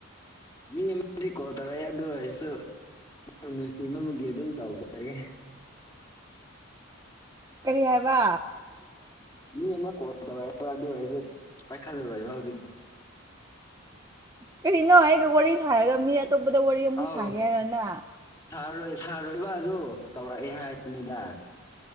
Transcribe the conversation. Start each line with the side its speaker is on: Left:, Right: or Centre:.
Left: ꯃꯤꯗꯤ ꯀꯣꯜ ꯇꯧꯔ ꯌꯥ ꯑꯗꯨꯣꯏꯁꯨ ꯅꯨꯡꯁꯤꯕꯃ ꯑꯗꯨꯝ ꯇꯧꯈ꯭ꯔꯒꯦ
Right: ꯀꯔꯤ ꯍꯥꯏꯕ
Left: ꯃꯤ ꯑꯃ ꯀꯣꯜ ꯇꯧꯔꯛꯏꯕ ꯑꯗꯨ ꯑꯣꯏꯔꯁꯨ ꯄꯥꯏꯈꯠꯂꯔꯣꯏꯕ ꯍꯧꯖꯤꯛ
Right: ꯀꯔꯤꯅꯣ ꯑꯩꯒ ꯋꯥꯔꯤ ꯁꯥꯔꯒ ꯃꯤ ꯑꯇꯣꯞꯄꯗ ꯋꯥꯔꯤ ꯑꯃꯨꯛ
Left: ꯑꯧ
Right: ꯁꯥꯒꯦ ꯍꯥꯏꯔꯣꯅ
Left: ꯁꯥꯔꯣꯏ ꯁꯥꯔꯣꯏꯕ ꯑ ꯑꯗꯨ ꯇꯧꯔꯛꯑꯦ ꯍꯥꯏꯕꯅꯤꯗ